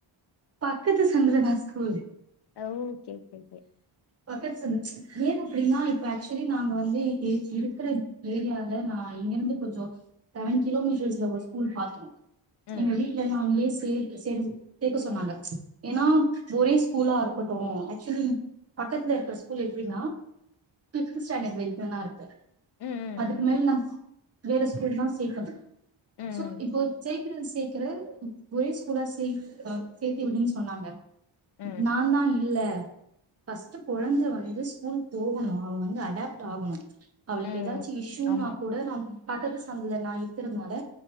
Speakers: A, on the right (about 30°); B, on the left (about 55°).
A: பக்கத்து சந்துலதா ஸ்கூலு
B: அ ஓகே ஓகே ஓகே
A: பக்கத்து சந்து ஏ அப்டின்னா இப்ப ஆக்சுவலி நாங்க வந்து இ இருக்குற ஏரியால நா இங்கெருந்து கொஞ்சொ செவன் கிலோமீட்டர்ஸ்ல ஒரு ஸ்கூல் பாத்தோ
B: ம்
A: எங்க வீட்டுலல்லா அங்கயே சேக்க செரி சேக்க சொன்னாங்க ஏன்னா ஒரே ஸ்கூலாருக்கட்டு ஆக்சுவலி பக்கத்ல இருக்க ஸ்கூல் எப்டின்னா ஃபிஃப்த்து ஸ்டாண்டர்ட் வரிக்குந்தா இருக்கு
B: ம்
A: அதுக்கு
B: ம்
A: மேல் நா வேற ஸ்கூல் தா சேக்கணு
B: ம்
A: சோ இப்போ சை க்கிற சேக்கிற ஒரே ஸ்கூலா சே அ சேத்தி விடுன் சொன்னாங்க
B: ம்
A: நாந்தா இல்ல <inaudible> ஃபஸ்ட்டு கொழந்த வந்து ஸ்கூல் போகணு அவ வந்து அடாப்ட் ஆகணு அவளுக்கு
B: ம்
A: எதாச்சு இஷ்யூனா
B: ஆமா
A: கூட நம் பக்கத்து சந்துல நா இருக்கறதுனால